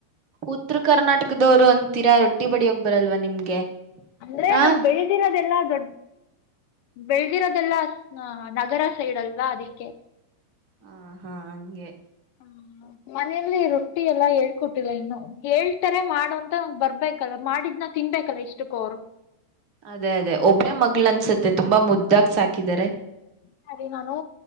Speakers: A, on the right; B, on the left.
A: ಉತ್ತರ ಕರ್ನಾಟಕದವರು ಒಂದಂತೀರಾ ರೊಟ್ಟಿ ಬಡಿ ಹೋಗ್ ಬರಲ್ವ ನಿಮ್ಗೆ
B: ಅಂದ್ರೆ
A: ಆ
B: ನಮ್ ಬೆಳ್ದಿಿನದೆಲ್ಲಾ ಡ್ ಬೆಳದಿರೋದೆಲ್ಲ ನಗರ ಸೈಡ್ ಅಲ್ವಾ ಅದಿಕ್ಕೆ
A: ಹ ಹಾ ಹಂಗೆ
B: ಹ್ಮ ಮನೆಯಲ್ಲಿ ರೊಟ್ಟಿ ಎಲ್ಲಾ ಹೇಳ್ಕೊಟ್ಟಿಲ್ಲ ಇನ್ನು ಹೇಳ್ತಾರೆ ಮಾಡು ಅಂತ ಬರ್ಬೇಕಲ್ಲ ಮಾಡಿದ್ನ ತಿನ್ಬೇಕಲ್ಲ ಇಷ್ಟಕ್ಕ ಅವರು,
A: ಅದೇ ಅದೇ ಒಬ್ಳೇ ಮಗ್ಗಳ ಅನ್ಸತ್ತೆ ತುಂಬಾ ಮುದ್ದಾಗ ಸಾಕಿದಿದ್ದಾರೆ,
B: ಸರಿ ನಾನು